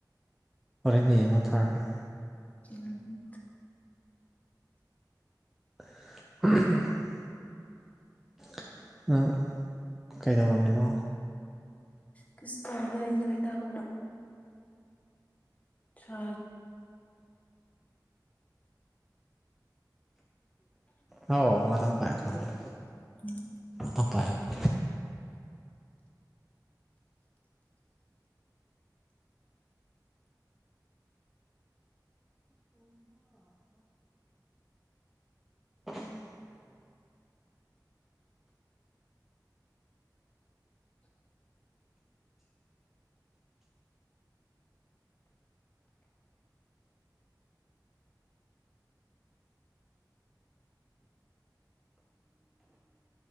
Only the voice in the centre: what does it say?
ꯍꯣꯔꯦꯟ ꯌꯦꯡꯉꯣ ꯊꯥꯔꯛꯒꯦ
<unintelligible> ꯀꯩꯗꯧꯔꯝꯃꯤꯅꯣ
ꯍꯥꯎ ꯉꯥꯇꯪ ꯄꯥꯏꯌꯣ ꯀꯣ ꯉꯥꯇꯪ
ꯇꯄꯥꯏꯈꯣꯏ <inaudible> <unintelligible>